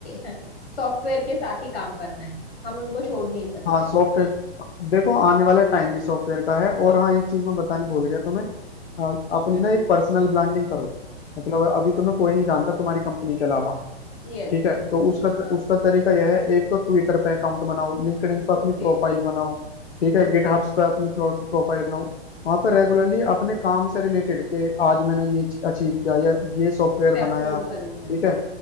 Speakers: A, on the left; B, on the left.
A: <laughs> सॉफ्टवेयर के साथ ही काम करना है हम उनको छोड़ नहीं सकते
B: हाँ सॉफ्टवेयर देखो आने वाला टाइम भी सॉफ्टवेयर का है और हाँ एक चीज मैं बताने भूल गया तुम्हें हाँ, अपनी ना एक पर्सनल ब्रांडिंग करो मतलब अभी तुम्हें कोई नहीं जानता तुम्हारी कंपनी के अलावा
A: यस
B: ठीक है तो उसका
A: हाँ
B: उसका तरीका यह है एक तो ट्विटर पे अकाउंट बनाओ लिंक्डइन पे अपनी
A: ओके
B: प्रोफाइल बनाओ ठीक है
A: ओके
B: गिटहब्स पे अपनी प्रोफाइल बनाओ वहां पर
A: ओके
B: रेगुलरली अपने काम से रिलेटेड के आज मैंने ये अचीव किया या ये सॉफ्टवेयर
A: उस पे अपलोड
B: बनाया
A: करूँ मैं
B: ठीक है